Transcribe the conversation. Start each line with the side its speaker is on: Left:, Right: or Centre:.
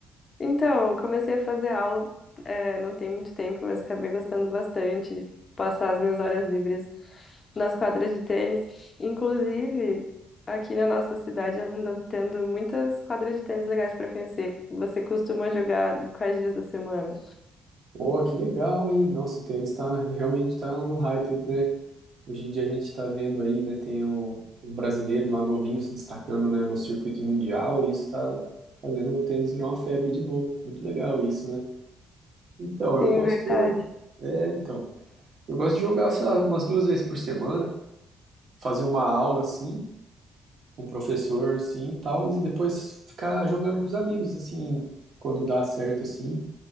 Left: Então, eu comecei a fazer aula, é, não tem muito tempo, mas acabei gostando bastante de passar as minhas horas livres nas quadras de tênis. Inclusive, aqui na nossa cidade anda tendo muitas quadras de tênis legais para conhecer. Você costuma jogar quais dias da semana?
Right: Oh, que legal, hein? Nossa, o tênis tá, realmente tá no hype, né? Hoje em dia a gente tá vendo aí, né? Tem o, o brasileiro lá novinho se destacando, né, no circuito mundial e isso tá fazendo o tênis virar uma febre de novo. Muito legal isso, né? Então, eu
Left: Sim,
Right: gosto...
Left: verdade.
Right: É, então. Eu gosto de jogar, sei lá, umas duas vezes por semana, fazer uma aula, assim, com um professor, assim, e tal, e depois ficar jogando com os amigos, assim, quando dá certo, assim.